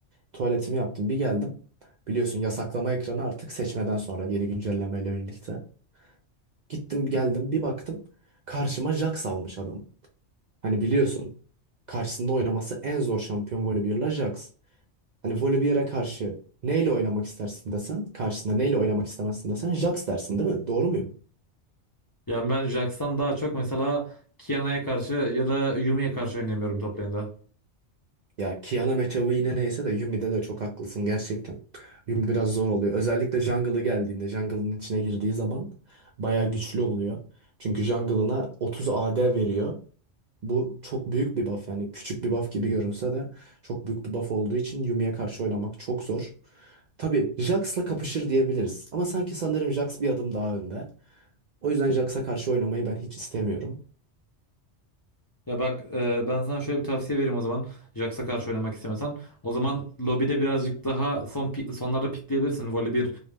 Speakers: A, on the right; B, on the left.
A: Tuvaletimi yaptım. Bir geldim. Biliyorsun yasaklama ekranı artık seçmeden sonra yeni güncellemeyle birlikte. Gittim geldim bir baktım. Karşıma Jax almış adam. Hani biliyorsun karşısında oynaması en zor şampiyon Volibear'la Jax. Hani Volibear'a karşı neyle oynamak istersin desen, karşısında neyle oynamak istemezsin desen Jax dersin değil mi? Doğru muyum?
B: Yani ben Jax'tan daha çok mesela Kiana'ya karşı ya da Yumi'ye karşı oynayamıyorum top lane'de.
A: Ya Kiana matchup'ı yine neyse de Yumi'de de çok haklısın gerçekten. Yumi biraz zor oluyor. Özellikle jungle'ı geldiğinde, jungle'ın içine girdiği zaman bayağı güçlü oluyor. Çünkü jungle'ına 30 AD veriyor. Bu çok büyük bir buff yani küçük bir buff gibi görünse de çok büyük bir buff olduğu için Yumi'ye karşı oynamak çok zor. Tabii Jax'la kapışır diyebiliriz ama sanki sanırım Jax bir adım daha önde. O yüzden Jax'a karşı oynamayı ben hiç istemiyorum.
B: Ya bak e, ben sana şöyle bir tavsiye vereyim o zaman. Jax'a karşı oynamak istemiyorsan. O zaman lobide birazcık daha son pi- sonlarda pikleyebilirsin. Voli bir